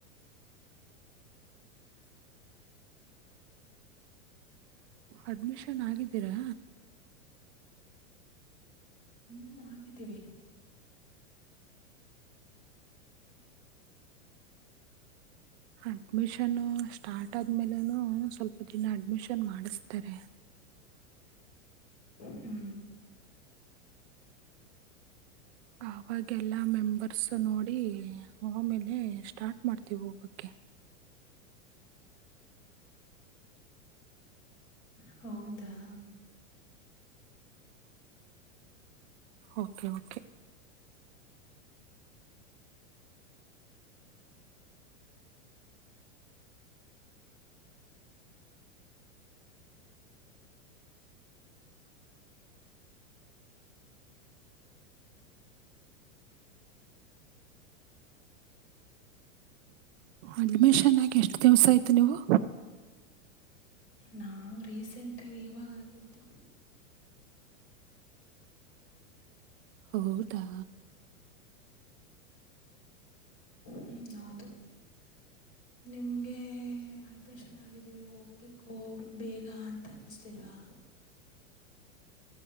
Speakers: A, on the right; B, on the left.
A: ಅಡ್ಮಿಷನ್ ಆಗಿದ್ದೀರಾ
B: ಹ್ಮ್ ಆಗಿದ್ದೀವಿ
A: ಅಡ್ಮಿಷನ್ ಸ್ಟಾರ್ಟ್ ಆದ್ಮೇಲೆ ಸ್ವಲ್ಪ ದಿನ ಅಡ್ಮಿಷನ್ ಮಾಡಿಸತಾರೆ
B: ಹೂ
A: ಅವಾಗ ಎಲ್ಲಾ ಮೆಂಬರ್ಸ್ ನೋಡಿ ಆಮೇಲೆ ಸ್ಟಾರ್ಟ್ ಮಾಡ್ತೀವಿ ಹೋಗಕ್ಕೆ
B: ಹೌದಾ
A: ಓಕೆ ಓಕೆ ಅಡ್ಮಿಷನ್ ಆಗಿ ಎಷ್ಟ್ ದಿವ್ಸ ಆಯ್ತು ನೀವು.
B: ನಾನ್ ರೀಸೆಂಟ್ ಆಗಿ ಇವಾಗಾಗಿದ್ದು.
A: ಹೌದಾ
B: ಹ್ಮ್ ಹೌದು. ನಿಮಗೆ ಅಡ್ಮಿಷನ್ ಆಗಿದ್ದೀವಿ ಹೋಗ್ಬೇಕು ಬೇಗ ಅಂತ ಅನ್ನಿಸಲಿಲ್ವಾ
A: ಹ